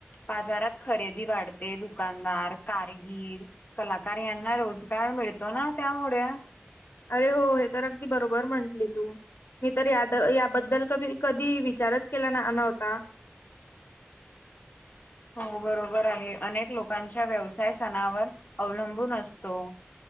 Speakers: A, on the left; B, on the left.
A: बाजारात खरेदी वाढते दुकानदार कारगिर कलाकार यांना रोजगार मिळतो ना त्यामुळे
B: अरे हो हे तर अगदी बरोबर म्हटली तू मी तर या याबद्दल क कधी विचारच केला नव्हता <unintelligible>
A: हो बरोबर आहे अनेक लोकांच्या व्यवसाय सणावर अवलंबून असतो